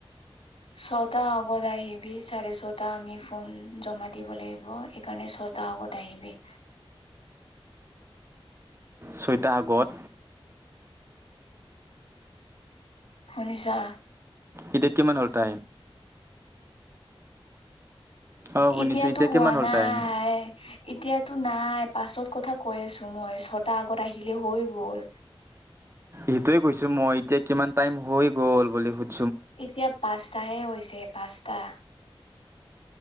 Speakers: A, on the left; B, on the right.
A: ছয়টাৰ আগত আহিবি চাৰে ছয়টা আমি ফোন জমা দিব লাগিব, সেইকাৰণে ছয়টাৰ আগত আহিবি।
B: ছয়টা আগত?
A: শুনিছা?
B: এতিয়া কিমান হ'ল টাইম? অঁ শুনিছোঁ
A: এতিয়াতো
B: এতিয়া
A: হোৱা
B: কিমান হ'ল
A: নাই।
B: টাইম
A: এতিয়াতো নাই, পাছত কথা কৈ আছো মই। ছয়টাৰ আগত আহিলে হৈ গ'ল।
B: সেইটোয়ে কৈছো মই, এতিয়া কিমান টাইম হৈ গ'ল বুলি সুধ
A: এতিয়া পাঁচটাহে হৈছে, পাঁচটা।